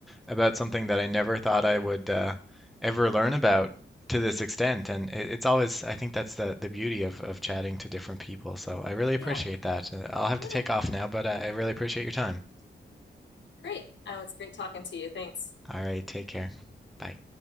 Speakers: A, in the centre; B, on the left.
A: about something that I never thought I would uh, ever learn about to this extent. And it, it's always, I think that's the the beauty of of chatting to different people. So I really
B: Yeah,
A: appreciate that. Uh, I'll have
B: yeah.
A: to take off now, but I, I really appreciate your time.
B: Great. Oh, it's great talking to you. Thanks.
A: All right, take care. Bye.